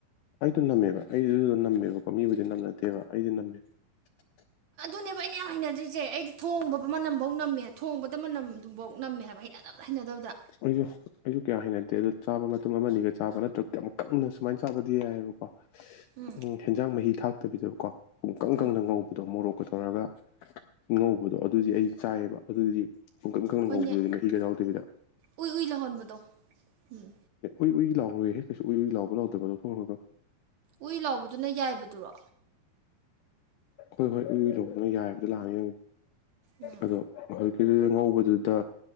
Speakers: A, on the left; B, on the right.
A: ꯑꯩꯗꯣ ꯅꯝꯃꯦꯕ ꯑꯩꯗꯨꯗ ꯅꯝꯃꯦꯕꯀꯣ ꯃꯤꯕꯨꯗꯤ ꯅꯝ ꯅꯠꯇꯦꯕ ꯑꯩꯗꯤ ꯅꯝꯃꯦꯕ
B: ꯑꯗꯨꯅꯦꯕ ꯑꯩꯅ ꯌꯥꯝ ꯍꯩꯅꯗ꯭ꯔꯤꯁꯦ ꯑꯩꯗꯤ ꯊꯣꯡꯕ ꯃꯅꯝꯐꯥꯎ ꯅꯝꯃꯦ ꯊꯣꯡꯕꯗ ꯃꯅꯝꯗꯨꯐꯧ ꯅꯝꯃꯦ ꯍꯥꯏꯕ ꯃ ꯍꯩꯅ ꯑꯗꯨꯝꯇ ꯍꯩꯅꯗꯕꯗ
A: ꯑꯩꯁꯨ ꯑꯩꯁꯨ ꯀꯌꯥ ꯍꯩꯅꯗꯦ ꯑꯗꯨ ꯆꯥꯕ ꯃꯇꯝ ꯑꯃꯅꯤꯒ ꯆꯥꯕ ꯅꯠꯇ꯭ꯔꯒ ꯀ ꯀꯪꯅ ꯁꯨꯃꯥꯏꯅ ꯆꯥꯕꯗꯤ ꯌꯥꯏꯑꯕꯀꯣ
B: ꯎꯝ
A: ꯎ ꯍꯦꯟꯖꯥꯡ ꯃꯍꯤ ꯊꯥꯛꯇꯕꯤꯗꯀꯣ ꯄꯨꯡꯀꯪ
B: ꯎꯝ
A: ꯀꯪꯅ ꯉꯧꯕꯗꯣ ꯃꯣꯔꯣꯛ ꯀꯊꯧꯔꯒꯉꯧꯕꯗꯣ ꯑꯗꯨ ꯑꯗꯨꯗꯤ ꯑꯩ ꯆꯥꯏꯑꯕ ꯑꯗꯨꯗꯨꯗꯤ ꯈꯨꯡꯀꯪ ꯈꯪꯅꯪ
B: ꯍꯣꯏꯅꯦ
A: ꯉꯧꯕꯗꯨꯗꯤ ꯃꯍꯤꯒ ꯌꯥꯎꯗꯕꯤꯗ
B: ꯎꯏ ꯎꯏ ꯂꯍꯣꯟꯕꯗꯣ ꯎꯝ
A: ꯎꯏ ꯎꯏ ꯂꯥꯎꯔꯣꯏ ꯍꯦꯛ ꯀꯩꯁꯨ ꯎꯏ ꯎꯏ ꯂꯥꯎꯕ ꯂꯥꯎꯗꯕ ꯂꯧꯊꯣꯡꯒ
B: ꯎꯏ ꯂꯥꯎꯕꯗꯨꯅ ꯌꯥꯏꯕꯗꯨꯔꯣ
A: ꯍꯣꯏ ꯍꯣꯏ ꯏꯏ ꯂꯗꯅ ꯌꯥꯏꯕꯗꯤ ꯂꯥꯛꯅꯤ
B: ꯎꯝ
A: ꯑꯗꯣꯣꯏ ꯁꯤꯗꯨꯗ ꯉꯧꯕꯗꯨꯗ